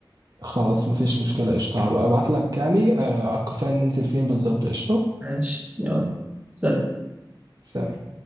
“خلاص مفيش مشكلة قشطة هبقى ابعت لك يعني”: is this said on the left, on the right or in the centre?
Right